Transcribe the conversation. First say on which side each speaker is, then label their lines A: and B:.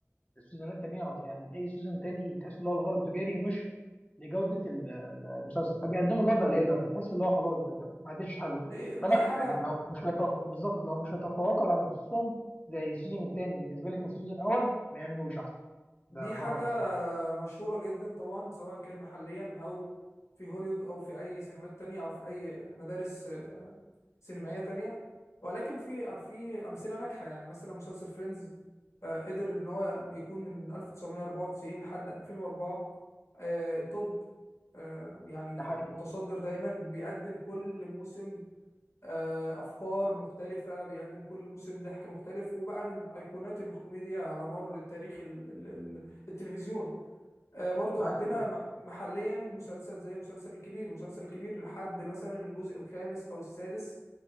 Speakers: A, on the left (about 25°); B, on the left (about 65°).
A: السيزونات التانية أعط- يعني أي سيزون تاني تحس إن هو الغرض التجاري مش لجودة ال- ال- المسلسل فبيقدموا جودة قليلة فتحس إن هو خلاص بس ما عادش حلو
B: دي
A: فلا
B: دي حالة
A: يعني لو مش هيتف... بالظبط لو مش هيتفوقوا على نفسهم زي السيزون التاني بالنسبة لي كان السيزون الأول ما يعملوش أحسن
B: دي
A: ده
B: حاجة
A: ده رأيي الصراحة
B: مشهورة جدا طبعا سواء كان محليا أو في هوليوود أو في أي سينمات تانية أو في أي مدارس آه، سينمائية تانية ولكن في في أمثلة ناجحة يعني مثلا مسلسل فريندز آه، قدر إن هو بيكون من 1994 لحد 2004 آه، توب آه، يعني
A: ده حقيقي
B: متصدر دايما بيقدم كل موسم آه، افكار مختلفه بيقدم كل موسم ضحك مختلف وبقى من ايقونات الكوميديا على مر تاريخ ال ال ال التلفزيون آه، برضو
A: معاك
B: عندنا
A: في ده
B: م- محليا مسلسل زي مسلسل الكبير مسلسل الكبير لحد مثلا الجزء الخامس او السادس